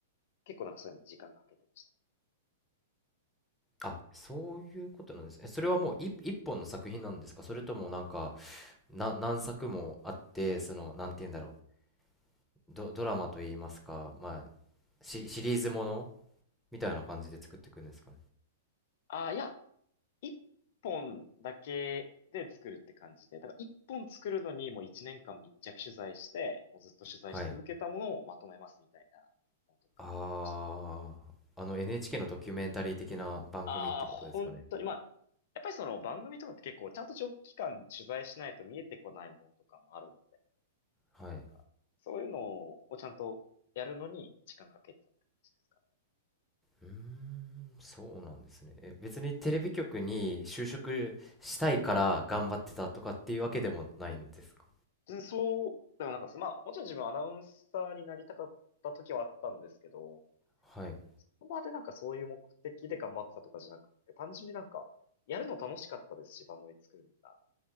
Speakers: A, on the left (about 55°); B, in the centre.
A: 結構なんかそういうのに時間かけてました。
B: あ、そういうことなんですね。えそれはもう一一本の作品なんですかそれともなんか、な、何作もあって、その、なんて言うんだろう。ド、ドラマと言いますか、まあ、シ、シリーズものみたいな感じで作っていくんですかね。
A: ああ、いや、一本だけで作るって感じで、だから一本作るのにもう一年間密着取材して、もうずっと取材し続けたものをまとめますみたいなのとかやってましたね。
B: はい。ああ、あの NHK のドキュメンタリー的な番組ってことですかね。
A: ああ、本当に、まあ、やっぱりその番組とかって結構ちゃんと長期間取材しないと見えてこないものとかもあるんで、
B: はい。
A: なんかそういうのをちゃんとやるのに時間かけてたって感じですかね
B: うーん、そうなんですね。え、別にテレビ局に就職したいから頑張ってたとかっていうわけでもないんですか
A: うんそうでもなんかまあ、もちろん自分アナウンサーになりたかった時はあったんですけど、
B: はい。
A: そこまでなんかそういう目的で頑張ってたとかじゃなくって、単純になんか、やるの楽しかったですし、番組作るのが。